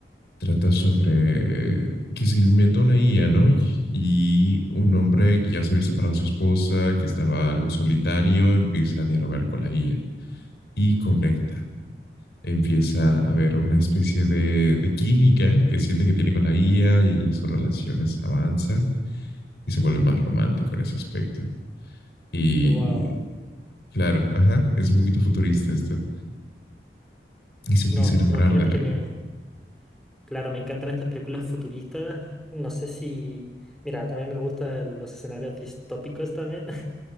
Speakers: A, on the left (about 65°); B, in the centre.
A: trata sobre que se inventa una IA, ¿no? Y, y un hombre que ya se había separado de su esposa, que estaba algo solitario, empieza a dialogar con la IA y conecta. Empieza a haber una especie de, de química que siente que tiene con la IA y sus relaciones avanzan y se vuelve más romántico en ese aspecto. Y
B: Wow,
A: claro, ajá, es un poquito futurista esto. Y se empieza
B: no,
A: a enamorar
B: no, fíjate
A: de la
B: que
A: IA.
B: me, Claro, me encantan estas películas futuristas. No sé si... Mira, también me gustan los escenarios distópicos también. <laughs>